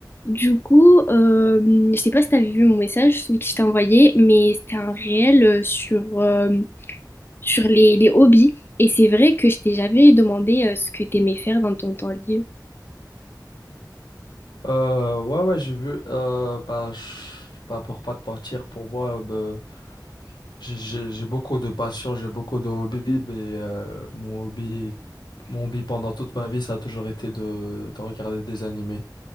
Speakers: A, on the left; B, on the left.
A: Du coup, euh, je sais pas si t'avais vu mon message, celui que je t'ai envoyé, mais c'était un réel euh, sur, euh, sur les, les hobbies. Et c'est vrai que je t'ai jamais demandé euh, ce que t'aimais faire dans ton temps libre.
B: Euh, ouais, ouais, j'ai vu. Euh, bah, je- bah, pour pas te mentir, pour moi, euh, bah, j'ai j'ai- j'ai beaucoup de passion, j'ai beaucoup de hobbies, mais euh, mon hobby, mon hobby pendant toute ma vie, ça a toujours été de, de regarder des animés,